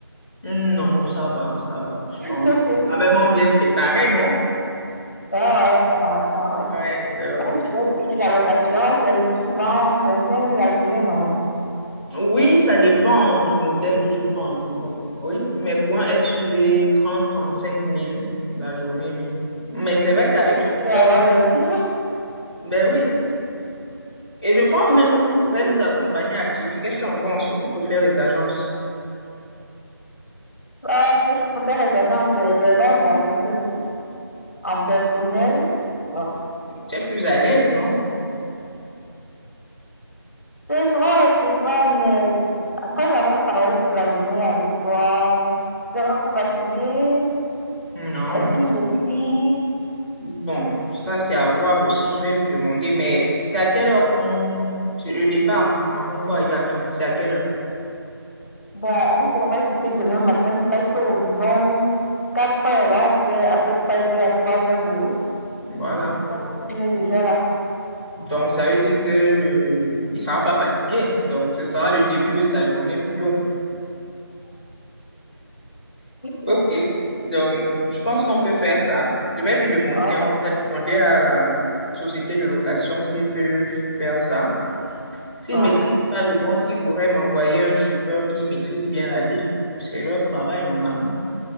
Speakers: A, on the right; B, on the left.
A: Non, ça va, ça va, je
B: <laughs>
A: pense. Quand même, on vient préparer, non?
B: Ah ouais, ah ouais, ah ouais.
A: Ouais, donc,
B: Moi, je dirais que la location, c'est le plus souvent vingt cinq 000 la journée, non?
A: oui, ça dépend du modèle que tu prends. Bon, oui, mais pour un SUV, 30, 35 000 la journée, oui. Mais c'est vrai qu'avec chauffeur,
B: Tu as alors
A: ça.
B: les dix.
A: Mais oui. Et je pense
B: <laughs>
A: même qu'ils pourraient nous accompagner à Kribi. Qu'est-ce que tu en penses? Ou tu préfères les agences?
B: Ah, je préfère les agences, euh, les longs voyages là, en personnel. Bon.
A: Tu es plus à l'aise, non?
B: C'est vrai, c'est vrai, mais après avoir travaillé toute la journée avec toi, tu seras pas fatigué?
A: Non.
B: Est-ce qu'il maîtrise?
A: Bon, ça, c'est à voir aussi. Je vais lui demander, mais c'est à quelle heure qu'on. C'est le départ, normalement, pour arriver à Kribi. C'est à quelle heure?
B: Bon, on pourra écouter demain matin très tôt, disons 4 heures. Là, on fait à peu près 2 à 3 heures de route.
A: Voilà.
B: 7 heures, on est déjà là.
A: Donc, ça veut dire que le... il sera pas fatigué. Donc, ce sera le début de sa journée plutôt.
B: <laughs>
A: OK. Donc, je pense qu'on peut faire ça. Je vais lui demander,
B: Wow.
A: en tout cas, demander à la société de location s'il peut faire ça. S'il
B: Ouais.
A: ne maîtrise pas, je pense qu'il pourrait m'envoyer un chauffeur qui maîtrise bien la ville. C'est leur travail, normalement.